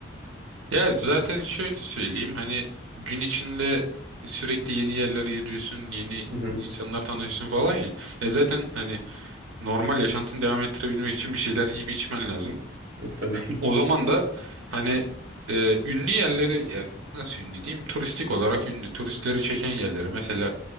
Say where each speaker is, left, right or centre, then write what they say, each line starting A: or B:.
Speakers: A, on the right; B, on the right.
A: Ya zaten şöyle söyleyeyim hani gün içinde sürekli yeni yerlere yürüyorsun, yeni
B: Hı hı.
A: insanlar tanıyorsun falan ya. Ya zaten hani normal yaşantını devam ettirebilmek için bir şeyler yiyip içmen lazım.
B: <laughs> Tabii.
A: O zaman da hani e, ünlü yerleri ya nasıl ünlü diyeyim? Turistik olarak ünlü. Turistleri çeken yerleri mesela